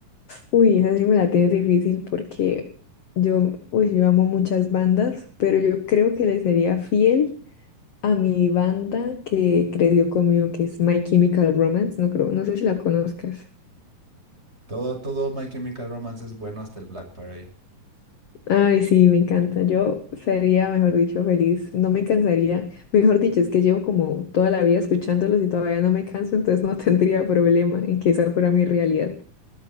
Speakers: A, on the left; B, on the right.
A: Uy, esa sí me la tienes difícil porque yo, uy, yo amo muchas bandas, pero yo creo que le sería fiel a mi banda que creció conmigo, que es My Chemical Romance. No creo, no sé si la conozcas.
B: Todo, todo My Chemical Romance es bueno hasta el Black Parade.
A: Ay, sí, me encanta. Yo sería, mejor dicho, feliz. No me cansaría. Mejor dicho, es que llevo como toda la vida escuchándolos y todavía no me canso, entonces no <laughs> tendría problema en que esa fuera mi realidad.